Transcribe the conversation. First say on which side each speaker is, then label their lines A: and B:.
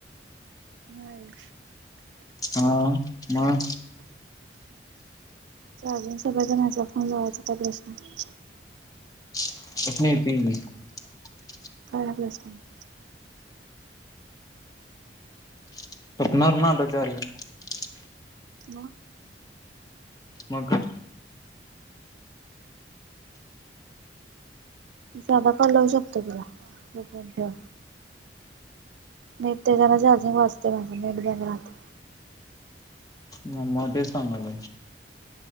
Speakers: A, on the right; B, on the left.
A: नाही.
B: हा मग
A: चार्जिंग सगळे जणांचा फोन लावायचा का प्रश्न हाय.
B: <unintelligible>
A: काळा ब्रेसलेट.
B: <unintelligible>
A: मग
B: मग क
A: साधा कॉल लावू शकतो तुला. फोन ठेवा. नाही तेजरा चार्जिंग वाचते माझी. नेट बंद राहत.
B: मम्मा ते सगायलोय.